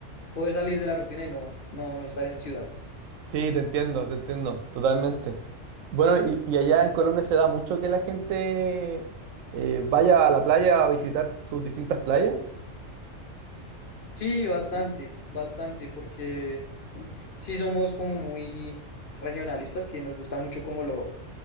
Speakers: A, on the left; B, on the right.
A: poder salir de la rutina y no, no, no estar en ciudad.
B: sí, te entiendo, te entiendo, totalmente. Bueno, y, y allá en Colombia se da mucho que la gente eh, vaya a la playa a visitar sus distintas playas.
A: Sí, bastante, bastante, porque sí somos como muy regionalistas, que nos gusta mucho como lo,